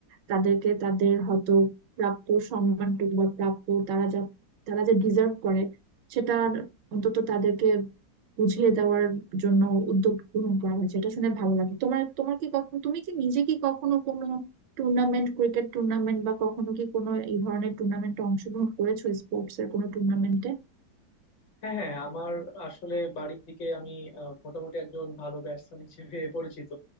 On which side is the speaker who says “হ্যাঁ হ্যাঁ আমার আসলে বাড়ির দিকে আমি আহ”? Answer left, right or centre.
Left